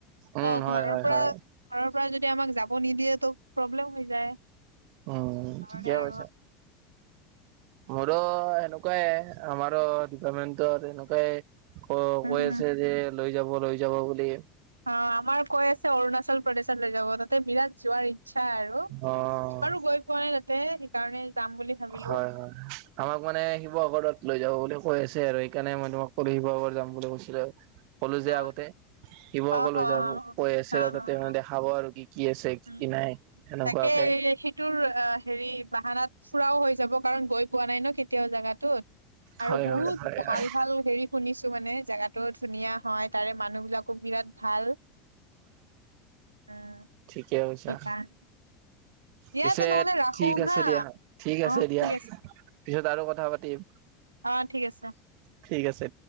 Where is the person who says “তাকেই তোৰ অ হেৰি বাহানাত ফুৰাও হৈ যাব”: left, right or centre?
Right